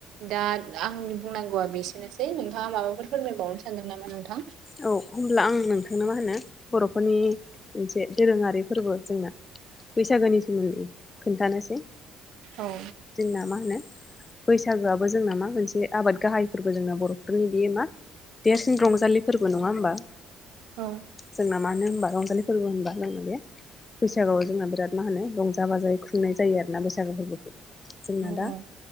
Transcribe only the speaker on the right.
दा आंनि बुंनांगौआ बेस सेनोसै नोंथाङा माबाफोर फोरमायबावनो सानदों नामा नोंथां?
औ।
औ
औ
औ